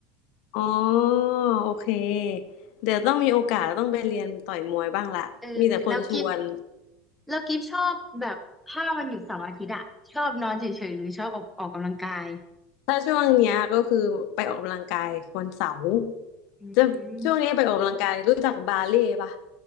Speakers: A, on the left (about 60°); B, in the centre.
A: อ๋อโอเคเดี๋ยวต้องมีโอกาสต้องไปเรียนต่อยมวยบ้างละมีแต่คนชวน
B: เออแล้วกิฟแล้วกิฟชอบแบบถ้าวันหยุดเสาร์อาทิตย์อะชอบนอนเฉยๆหรือชอบออกออกกำลังกาย
A: ถ้าช่วงเนี้ยก็คือไปออกกำลังกายวันเสาร์
B: อืม
A: จะช่วงนี้ไปออกกำลังกายรู้จักบาเล่ปะ